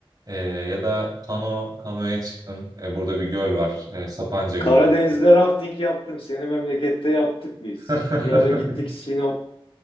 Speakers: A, on the right; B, on the left.
A: E, ya da kano, kanoya çıktım. E, burada bir göl var. E, Sapanca Gölü
B: Karadeniz'de
A: belki.
B: rafting yaptım. Senin memlekette yaptık biz.
A: <laughs>
B: Bir ara gittik Sinop,